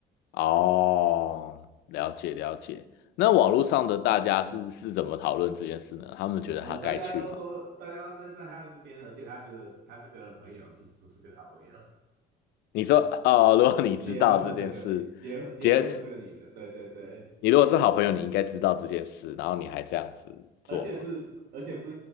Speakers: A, on the left; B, on the right.
A: 哦，了解了解。那网络上的大家是是怎么讨论这件事呢？他们觉得她该去吗？
B: 哦，大家都说大家在在他这边，而且他觉得他这个朋友其实不是个好朋友。
A: 你说，哦，如果你知道这件事，
B: 结婚的这个女，结婚结婚的这个女的，
A: 姐，
B: 对对对，
A: 你如果是好朋友，你应该知道这件事，然后你还这样子做吗？
B: 而且是，而且不，